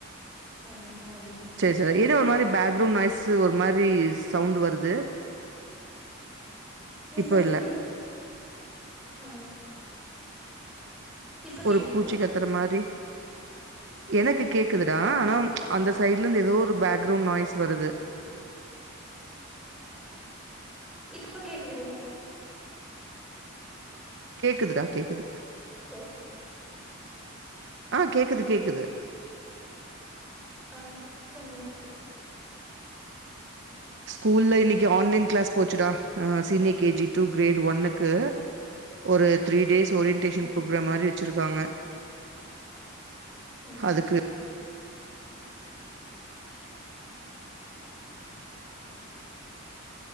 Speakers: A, in the centre; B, on the right.
A: அதனால அதுவே முடிச்சுட்டோ
B: செரி சார் என்னா ஒரு மாரி பேக்ரவுண்ட் நாய்ஸ்ஸு ஒரு மாரி சவுண்டு வருது
A: என்னன்
B: இப்போ இல்ல
A: தெர்யில ஆ இப்ப கேக்குதுங்களா
B: ஒரு பூச்சி கத்துற மாரி எனக்கு கேக்குதுடா
A: ஆமா
B: ஆனா
A: லைட்டா
B: அந்த சைட் ட்ல இருந்து எதோ ஒரு பேக்ரவுண்ட் நாய்ஸ் வருது
A: இப்ப கேக்குதுங்ளா
B: கேக்குதுடா கேக்குது
A: ஹலோ
B: ஆ கேக்குது கேக்குது
A: ஆ இப்ப நீங்க சொ
B: ஸ்கூல்ல இன்னக்கி ஆன்லைன் கிளாஸ் போச்சுடா senior K G to grade ஒன்னுக்கு ஒரு த்ரீ டேஸ் ஓரியன்டேஷன்
A: ஆ
B: ப்ரோக்ராம் மாரி வச்சுருக்காங்க
A: ஓகே
B: அதுக்கு